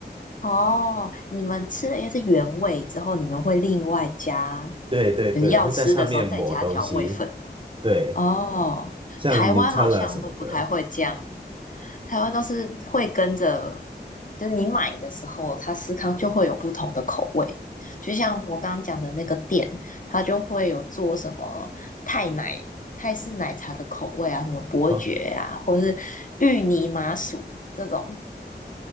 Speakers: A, on the left (about 45°); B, on the right (about 30°).
A: 哦，你们吃的应该是原味之后，你们会另外加，
B: 对对对，
A: 就是要吃的时候再加调味粉。
B: 会在上面抹东西，对。
A: 哦，
B: 像
A: 台湾好像都不太会这样，
B: Nutella 什么的，
A: 台湾都是会跟着，就是你买的时候，它司康就会有不同的口味。就像我刚刚讲的那个店，它就会有做什么泰奶、泰式奶茶的口味啊，什么伯爵啊，
B: 哦，
A: 或者是芋泥麻薯这种。